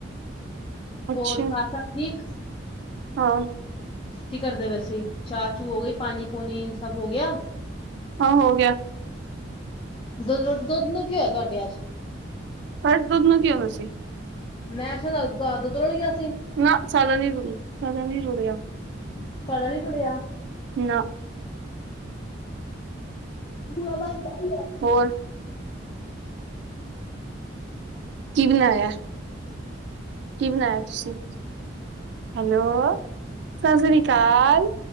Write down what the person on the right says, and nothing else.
ਅੱਛਾ
ਹਾਂ
ਹਾਂ ਹੋ ਗਿਆ
ਘੱਟ ਦੁੱਧ ਨੂੰ ਕਿ ਹੋਣਾ ਸੀ
ਨਾ ਸਾਡਾ ਨਹੀਂ ਰੁੜਿਆ ਸਾਡਾ ਨਹੀਂ ਰੁੜਿਆ
ਨਾ
ਹੋਰ ਕੀ ਬਣਾਇਆ ਕੀ ਬਣਾਇਆ ਤੁਸੀ ਹੈਲੋ ਸਤਿ ਸ਼੍ਰੀ ਅਕਾਲ